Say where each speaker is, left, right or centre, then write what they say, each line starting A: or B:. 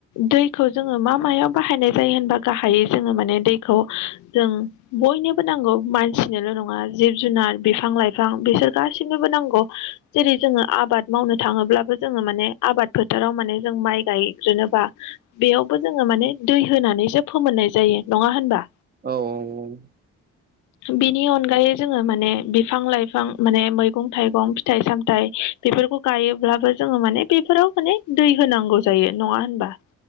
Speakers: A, on the left; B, on the right.
A: दैखौ जोङो मा मायाव बाहायनाय जायो होनबा गाहायै जोङो माने दै खौ जों बयनोबो नांगौ मानसिनोल' नङा जिब-जुनार, बिफां-लाइफां बिसोर गाससिनोबो नांगौ जेरै जोङो आबाद मावनो थाङोब्लाबो जोङो माने आबाद फोथाराव माने जों माइ गायग्रोनोबा बेयावबो जोङो माने दै होनानैसो फोमोननाय जायो नङा होनबा?
B: औ औ औ
A: बिनि अनगायै जोङो माने बिफां-लाइफां माने मैगं-थाइगं फिथाइ-सामथाइ बेफोरखौ गायोब्लाबो जोङो माने बेफोराव माने दै होनांगौ जायो नङा होनबा